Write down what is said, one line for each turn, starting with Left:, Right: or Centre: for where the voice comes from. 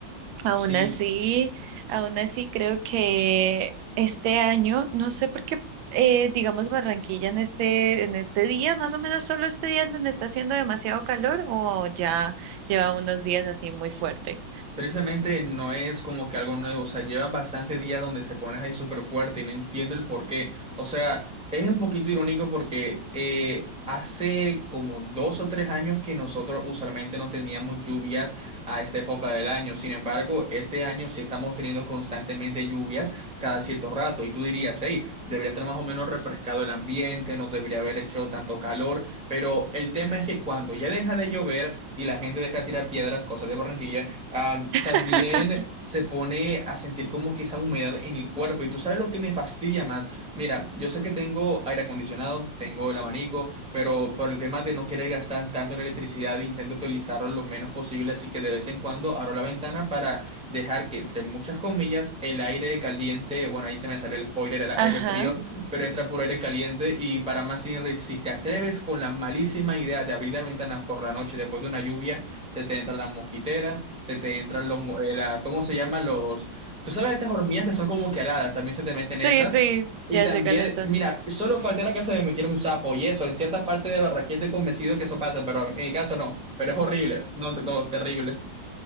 Right: Aún
Centre: Sí,
Right: así, aún así creo que este año, no sé por qué, eh, digamos Barranquilla en este, en este día, más o menos solo este día en donde está haciendo demasiado calor o ya lleva unos días así muy fuerte.
Centre: Tristemente no es como que algo nuevo, o sea, llevan bastante días donde se pones ahí súper fuerte y no entiendo el por qué. O sea, es un poquito irónico porque eh, hace como dos o tres años que nosotros usualmente no teníamos lluvias a esta época del año. Sin embargo, este año sí estamos teniendo constantemente lluvias cada cierto rato y tú dirías, hey, debería estar más o menos refrescado el ambiente, no debería haber hecho tanto calor, pero el tema es que cuando ya deja de llover... Y la gente deja de tirar piedras, cosas de Barranquilla, Am,
Right: <laughs>
Centre: también se pone a sentir como que esa humedad en el cuerpo. Y tú sabes lo que me fastidia más. Mira, yo sé que tengo aire acondicionado, tengo el abanico, pero por el tema de no querer gastar tanto en electricidad, intento utilizarlo lo menos posible. Así que de vez en cuando abro la ventana para dejar que, entre muchas comillas, el aire caliente, bueno, ahí se me salió el spoiler, el aire
Right: Ajá,
Centre: frío, pero entra puro aire caliente. Y para más, Inri, si te atreves con la malísima idea de abrir la ventana por la noche después de una lluvia, se te entra la mosquitera, se te entran los, mo- eh, la- ¿cómo se llaman los? Tú sabes estas hormigas que son como que aladas, también se te meten esas.
Right: sí, sí,
Centre: Y
Right: ya
Centre: también,
Right: sé cuáles son.
Centre: mira, solo faltara que se me metiera un sapo y eso, en ciertas partes de Barranquilla estoy convencido que eso pasa, pero en mi caso no, pero es horrible, no, no, terrible.